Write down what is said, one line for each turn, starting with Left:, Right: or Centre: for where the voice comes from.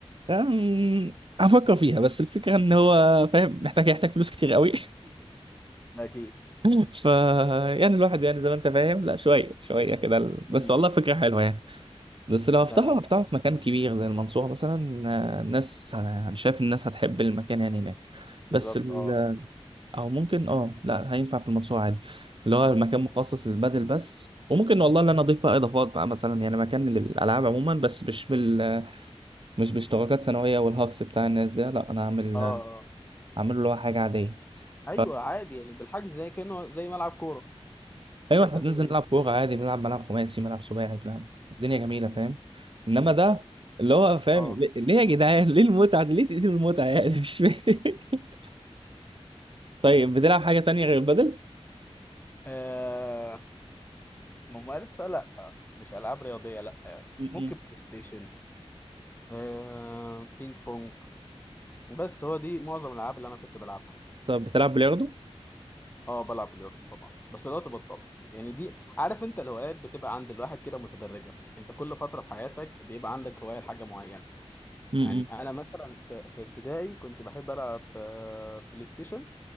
Right: أم، هفكر فيها بس الفكرة ان هو فاهم محتاج يحتاج فلوس كتير قوي
Left: ده اكيد
Right: <laughs> ف يعني الواحد يعني زي ما انت فاهم لا شوية شوية كده
Left: م.
Right: بس والله فكرة حلوة يعني بس لو هفتحه
Left: لا لا
Right: هفتحه في مكان كبير زي المنصورة مثلا آه، ناس أنا أنا شايف الناس هتحب المكان يعني هناك
Left: بالظبط
Right: بس ال...
Left: اه
Right: أو ممكن أه لا هينفع في المنصورة عادي اللي هو المكان مخصص للبادل بس وممكن والله اللي أنا أضيف بقى إضافات بقى مثلا يعني مكان للألعاب عموما بس مش بال مش باشتراكات سنوية والهاكس بتاع الناس ده لا أنا أعمل
Left: اه اه
Right: أعمل له اللي هو حاجة عادية
Left: ايوه
Right: ف
Left: عادي يعني بالحجز زي كانه زي ملعب كوره حاجات
Right: ايوه احنا
Left: عاديه
Right: بننزل
Left: يعني
Right: نلعب كوره عادي بنلعب ملعب خماسي ملعب سباعي بنلعب الدنيا جميله فاهم
Left: م.
Right: انما ده اللي هو فاهم
Left: اه
Right: ليه ليه يا جدعان ليه المتعه دي ليه تقتلوا المتعه يعني مش فاهم <laughs> طيب بتلعب حاجه تانية غير البدل
Left: آه، ممارسة لا مش ألعاب رياضية لا يعني
Right: م-م.
Left: ممكن بلاي ستيشن آه بينج بونج بس هو دي معظم الالعاب اللي انا كنت بلعبها
Right: طب بتلعب بلياردو
Left: اه بلعب بلياردو طبعا بس دلوقتي بطلت يعني دي عارف انت الهوايات بتبقى عند الواحد كده متدرجه انت كل فتره في حياتك بيبقى عندك هوايه لحاجه معينه
Right: م-م.
Left: يعني انا مثلا في, في ابتدائي كنت بحب العب آه، بلاي ستيشن